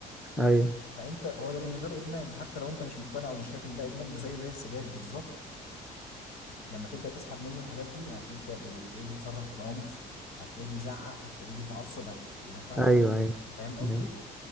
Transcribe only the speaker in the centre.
ايوه
ايوه
ايوه
ايوه